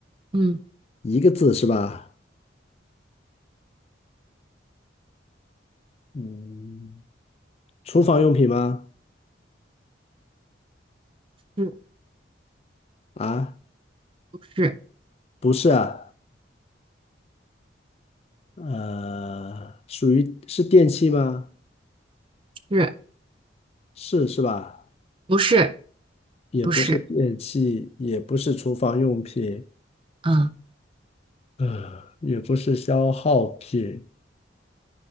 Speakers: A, on the right; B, on the left.
A: 嗯，
B: 一个字是吧？嗯，厨房用品吗？
A: 是
B: 啊，
A: 不是，
B: 不是啊，呃，属于是电器吗？
A: 是，
B: 是是吧？
A: 不是，
B: 也不是电器，
A: 不是，
B: 也不是厨房用品，
A: 嗯，
B: 呃，也不是消耗品。